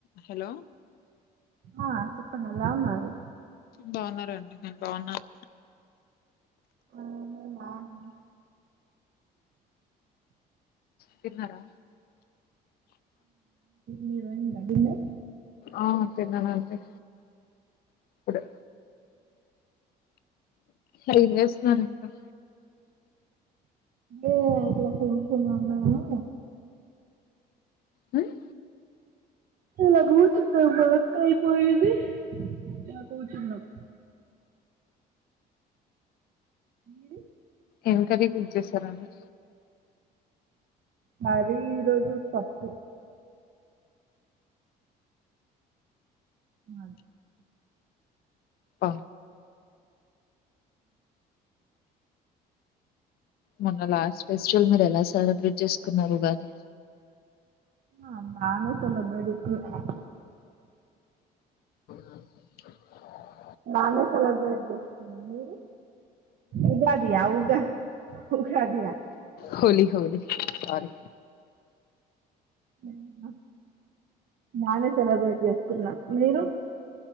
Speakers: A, on the left; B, on the right.
A: Hello
B: ఆ చెప్పండి ఎలా ఉన్నారు.
A: బాగున్నారా <inaudible> నేను బాగున్నాను.
B: ఆ నేన్ బాగున్నాను.
A: తిన్నరా.
B: మీరు అయింద డిన్నర్.
A: ఆ తిన్నానండీ. ఇప్పుడె. ఏం జేస్తున్నారండీ
B: ఏ ఇట్ల కూర్చొని ఉన్నాను
A: ఉమ్
B: ఇలా గూర్చున్నం వర్క్ అయిపోయిది ఇలా కూర్చున్నాం మీరు
A: ఏమ్ కర్రీ కుక్ చేసారండి
B: మాది ఈరోజు పప్పు మాద్
A: అ మొన్న లాస్ట్ ఫెస్టివల్ మీరెలా సెలబ్రేట్ చేసుకున్నారుగాది
B: ఆ బానే సెలెబ్రేట్ జేసుకున్న
A: అ
B: బానే సెలెబ్రేట్ జేస్కున్నాం మీరు ఉగాదియా ఉగా ఉగాదియా
A: హోలీ హోలీ సారీ
B: ఉమ్ అ బాగే సెలబ్రేట్ జేసుకున్నాం మీరు